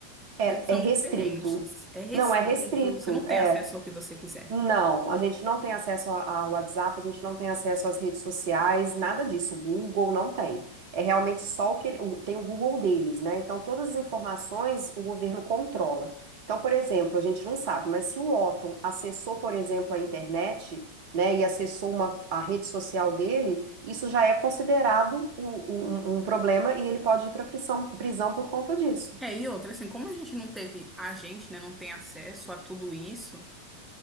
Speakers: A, on the right (about 45°); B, in the centre.
A: É,
B: Eles são
A: é restrito.
B: diferentes, é restrito,
A: Não é restrito.
B: você não tem
A: é,
B: acesso ao que você quiser.
A: Não, a gente não tem acesso a a WhatsApp, a gente não tem acesso às redes sociais, nada disso. O Google não tem. É realmente só o que ele- o- tem o Google deles, né? Então todas as informações o governo controla. Então, por exemplo, a gente não sabe, mas se o Otton acessou, por exemplo, a internet, né, e acessou uma, a rede social dele, isso já é considerado o- um, um problema e ele pode ir para prisão, prisão por conta disso.
B: É, e outra, assim, como a gente não teve, a gente, né, não tem acesso a tudo isso,